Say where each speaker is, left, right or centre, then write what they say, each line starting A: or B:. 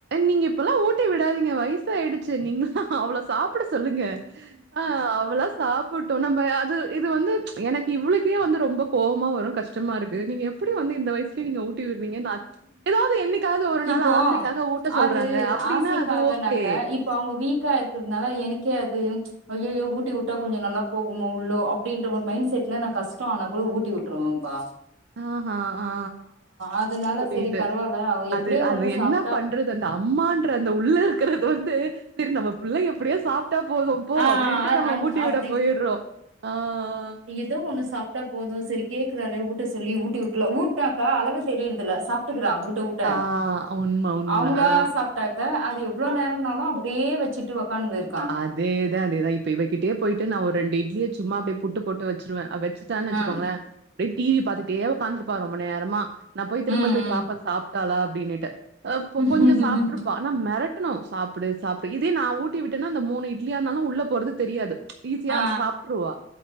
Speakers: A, on the right; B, on the right.
A: நீங்க இப்பல்லா ஊட்டி விடாதீங்க வயசா ஆய்டுச்சு நீங்களா அவள சாப்ட சொல்லுங்க ஆ அவளா சாப்பா கூட்டு நம்ம அது இது வந்து எனக்கு இவ்ளுக்கே வந்து ரொம்ப கோபமா வரு கஷ்டமா இருக்கு நீங்க எப்படி வந்து இந்த வயசு செரிங்க ஊட்டி விடுறீங்க எதாவது என்னைக்காவது ஒரு நாள்
B: இப்போ
A: ஆசைக்காக ஊட் சொல்றாங்க
B: அது
A: அப்டின்னா
B: ஆசைக்காகனாக்க
A: அது ஓகே
B: இப்ப அவங்க வீக்கா இருக்கிறதுனால எனக்கே அது ஐயயோ ஊட்டி விட்டா கொஞ்சோ நல்லா போகுமோ உள்ளோ அப்டின்ற ஒரு மைண்ட் செட்ல நான் கஷ்ட ஆனா கூட ஊட்டி உட்ருவேன்பா
A: ஆ ஆஹான் ஆ
B: அதனால
A: புரியுது
B: செரி பரவால்ல அவ எப்டியோ
A: அது அது
B: ஒண்ணு
A: என்ன
B: சாப்ட்டா
A: பண் றது அந்த அம்மான்ற அந்த உள்ள இருக்குறது வந்து சரி நம்ம புள்ள எப்டியோ சாப்ட்டா போது போ
B: ஆ
A: அப்டின்ட்டு நம்ம
B: அ
A: ஊட்டி
B: அப்டி
A: விட போய்ட்றோ ஆ ஆ
B: எதோ ஒன்னு சாப்ட்டா போது சரி கேக்குறாளே ஊட்ட சொல்லி ஊட்டிவிட்ருலா ஊட்னாக்கா அளவு தெரியறதில்ல சா ப்டுக்கறா ஊட்ட ஊட்ட
A: ஆ உண்ம, உண்ம.
B: அவங்களா
A: ஆ
B: சாப்ட்டா க அது எவ்ளோ நேரம்னாலு அப்டியே வச்சுட்டு உக்காந்துருக்
A: அதேதா அதேதா இப்ப இவகிட்டயே போய்ட்டு நா ஒரு ரெண்டு இட்லிய சும்மா அப்டியே புட்டு போட்டு வச்ருவ அவ வச்சுட்டான் வச்சுக்கோங்களே
B: ஆ
A: அப்டியே டிவி பாத்துட்டே உக்காந்துருப்பா ரொம்ப நேரமா நா போய் திரும்ப
B: ம்
A: போய் பாப்பே சாப்ட்டாலா அப்டின்னுட்டு அ ப
B: ம்
A: கொஞ்சோ சாப்ட்ருப்பா ஆனா மெரட்டணு சாப்டு சாப்டு இதே நான் ஊட்டி விட்டேன்னா அ மூணு இ்ட்லியா இருந்தாலு உள்ள போறது தெரியாது ஈசியா
B: ஆ
A: சாப்ட்ருவா